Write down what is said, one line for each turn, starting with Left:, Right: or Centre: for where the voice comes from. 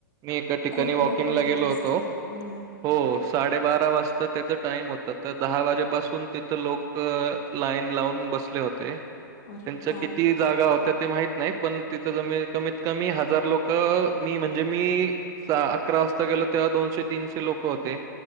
Right: मी एका ठिकाणी
Left: खूप
Right: वॉकिंगला
Left: लोक येत
Right: गेलो
Left: असतील.
Right: होतो
Left: हं.
Right: हो. साडेबारा वाजता त्याचा टाइम होता तर दहा वाजेपासून तिथं लोक लाईन लावून बसले होते.
Left: अरे
Right: त्यांच्या
Left: बाप
Right: किती जागा होत्या ते माहित नाही पण तिथ जमी कमीत कमी हजार लोक मी म्हणजे मी अकरा वाजता गेलो तेव्हा दोनशे तीनशे लोक होते.